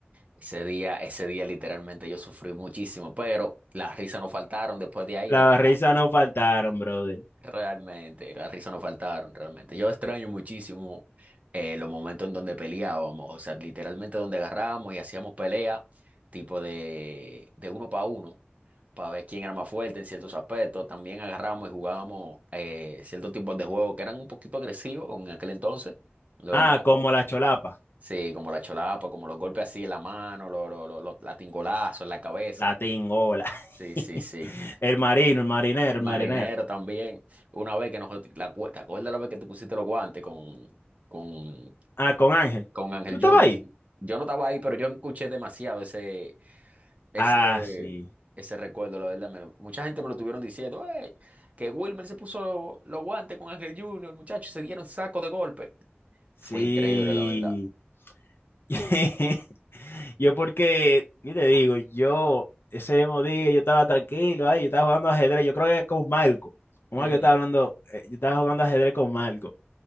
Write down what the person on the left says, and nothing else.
Las
risas no faltaron, brother.
Ah,
como la cholapa,
la tingola.
<laughs>
El marino, el marinero,
el
marinero.
Ah, con Ángel.
¿Tú estabas
ahí?
Ah, sí.
Sí.
<laughs> Yo porque, ¿qué te digo? Yo ese mismo día yo estaba tranquilo ahí, yo estaba jugando ajedrez, yo creo que con Marco. Con
Marco yo estaba hablando, eh, yo estaba jugando ajedrez con Marco.